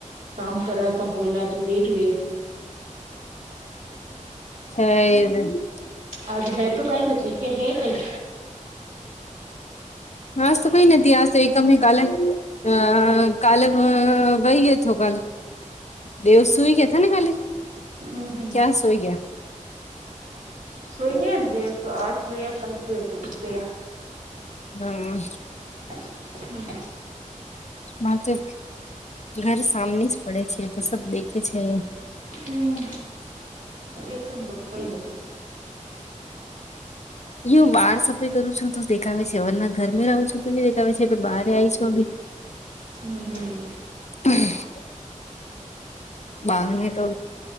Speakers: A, on the right; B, on the left.
A: કામ કરાતા હોયલા, જો બેઠ ગયા છે.
B: હ.
A: આજુ હે તો, કઈ નથી કે હે કઈ.
B: હસ તો કઈ નથી, આશે એકમ કાલે. અ કાલ વહી તો, તો કાલ તેઓ સુઈ ગયા હતા ને કાલે?
A: હમ હમ
B: ક્યાં સુઈ ગયા હતા?
A: સુોઈએ દવ તો આ સુ કાલ સુરે સુ સુ ગ્યા <unintelligible>
B: હમ.
A: હમ.
B: મારે તો ઘર સામની જ પડે છે તો સબ દેખે છે એ.
A: હમ, દક બો કઈ નથી.
B: યું બહાર સફેાઈ કરું છું તો દેખાવે છે અવરના ઘરમે રહું છું તો દેખાવે છે પણ બહાર આવી છું અ બી.
A: હમ હમ.
B: હા <unintelligible> બહાર ને, તો